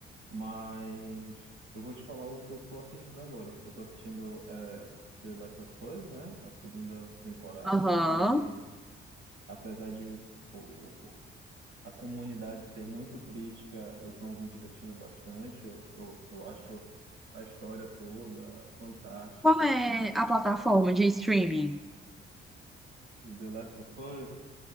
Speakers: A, on the right; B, in the centre.
A: mas eu vou te falar o que eu tô assistindo agora. Eu tô assistindo é, The Last of Us, né? A segunda temporada,
B: Aham.
A: que Apesar de o- o- a comunidade ser muito crítica, eu estou me divertindo bastante. Eu, eu, eu acho a história toda fantástica.
B: Qual é a plataforma
A: É,
B: de streaming?
A: O The Last of Us